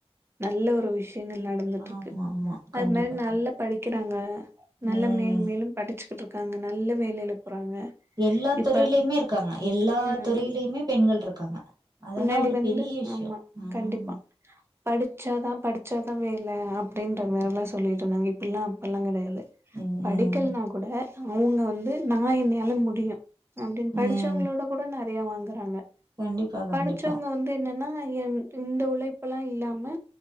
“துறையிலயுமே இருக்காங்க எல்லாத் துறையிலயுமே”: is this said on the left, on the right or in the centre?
Right